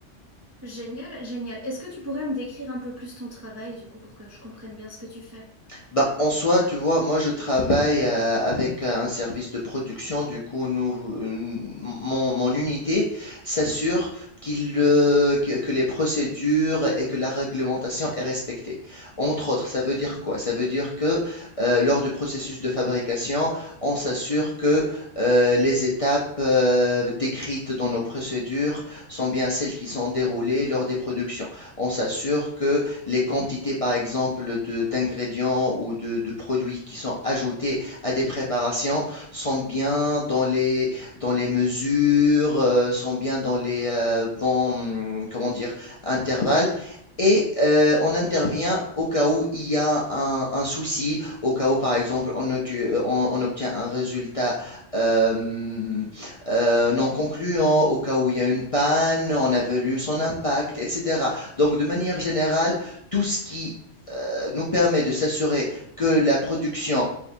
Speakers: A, on the right (about 25°); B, on the left (about 45°).
A: Génial, génial. Est-ce que tu pourrais me décrire un peu plus ton travail, du coup, pour que je comprenne bien ce que tu fais?
B: Bah, en soi, tu vois, moi je travaille euh, avec euh, un service de production, du coup, nous, euh, mon, mon unité s'assure qu'il, euh, que, que les procédures et que la réglementation est respectée. Entre autres, ça veut dire quoi? Ça veut dire que euh, lors du processus de fabrication, on s'assure que euh, les étapes euh, décrites dans nos procédures sont bien celles qui sont déroulées lors des productions. On s'assure que les quantités, par exemple, de, d'ingrédients ou de, de produits qui sont ajoutés à des préparations sont bien dans les, dans les mesures, euh, sont bien dans les euh, bons, hum, comment dire, intervalles. Et euh, on intervient au cas où il y a un, un souci, au cas où, par exemple, on, obtu- on- on obtient un résultat euh, euh, non concluant, au cas où il y a une panne, on a évalue son impact, etc. Donc, de manière générale, tout ce qui euh, nous permet de s'assurer que la production